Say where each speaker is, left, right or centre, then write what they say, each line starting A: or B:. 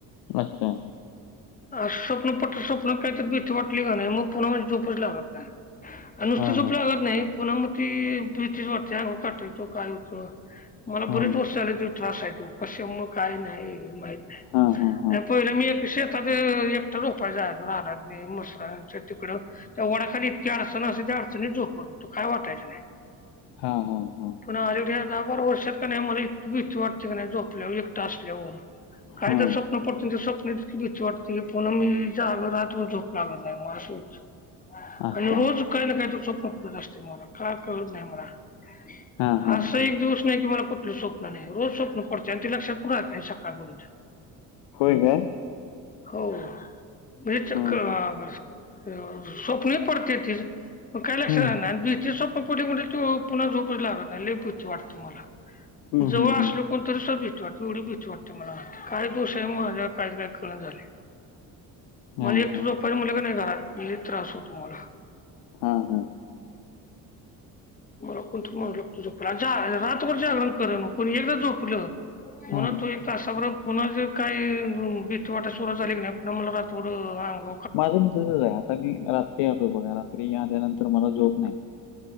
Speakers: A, on the left; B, on the left.
A: अच्छा
B: स्वप्नं पडतं स्वप्नांत कायंतरी भीती वाटली कि नांय मंग पुन्हां माजी झोपचं लागतं नाहीं नुसतं
A: हा
B: झोपलं
A: हा
B: लागतं नाहीं पुन्हां मंग ती भीतीचं वाटते अंगावर कांटा येतो कायं होतं मलां
A: हा
B: बरीेचं वर्ष झाली त्यो त्रांस आहे त्यो कशां मुळे कायं नाहीं माहित नाहीं
A: हां हां हां
B: पहिले मी शेतांत एकटां झोपायचां जायंचो रानांत नि म्हसरांच्या तिकडं त्यां वडांखाली इतकी अडचंण असं त्यां अडचणीत झोपतं होतो कायं वाटायचं नाहीं
A: हां हां हां
B: पणं ह्यां दहा बारा वर्षात की नाहीं मलां इतकी भीती वाटते की नाहीं झोपल्यांवर एकटां असल्यांवर कायं
A: हा
B: तरी स्वप्नं पडतं चं ते स्वप्नं भीती वाटते रे पुन्हां मी जागां रातंभर झोप लागतं नाहीं मंग असां होतं
A: अच्छा
B: आणि रोज कांहीं नां कांहींतरी स्वप्नं पडतं असते मलां कायं कळतं नाहीं मलां
A: हा हा
B: असां
A: हा
B: एक दिवसं नाहीं की मलां कुंठलं स्वप्नं नाहीं रोजचं स्वप्नं पडते आणि ते लक्षांत पणं राहतं नाहीं सकाळ पर्यंतं
A: हो कायं
B: हो मी चक्कर
A: हम्म
B: असं स्वप्नं पडते ती कांहीं लक्षांत
A: हम्म
B: राहतं नाहीं भीती स्वप्नं कधीं कधीं ते पुन्हां झोपचं लागतं नाहीं लई भीती वाटते मलां
A: हम्म
B: जवळं
A: हम्म
B: असलो
A: हम्म
B: कोणंतरी सं भीती वाटते एवढी भीती वाटते मलां कायं दोष आहे माझां कायं कायं काळानं झालायं
A: हा
B: मलां एकटं
A: हा
B: झोपायचं म्हटलं कि नाहीं घरांत लै त्रांस होतो मलां
A: हां हं
B: मलां कोणंतरी माणूंस लागतो झोपांया आणि रातंभर जागरणे करलं एकदाचं झोपलं हो नां
A: हा
B: तूं एक तासांबरोब पुन्हां जरं कांहीं भी्तीवांट सुरुवांत झाली की नाहीं पुन्हां मलां रात्र आंग
A: माझं मित्राचं आहे आंता मी रात्री आलो बघां रात्री आल्यानंतर मलां झोप नाहीं